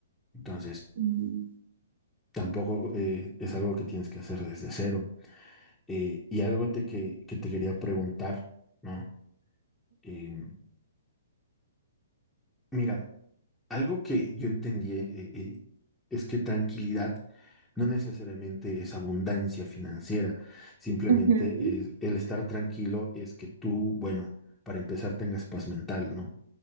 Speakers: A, in the centre; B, on the right (about 60°).
A: Entonces,
B: Mm.
A: tampoco eh, es algo que tienes que hacer desde cero. Eh, y algo te que, que te quería preguntar, ¿no? Em, mira, algo que yo entendí eh, eh, es que tranquilidad no necesariamente es abundancia financiera, simplemente
B: Ujú, ujú.
A: es- el estar tranquilo es que tú, bueno, para empezar tengas paz mental, ¿no?